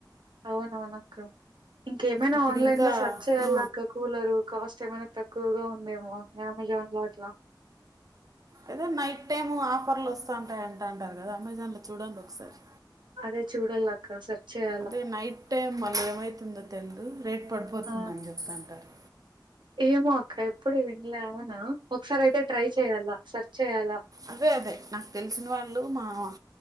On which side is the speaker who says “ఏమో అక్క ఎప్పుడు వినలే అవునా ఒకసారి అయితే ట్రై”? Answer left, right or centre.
Right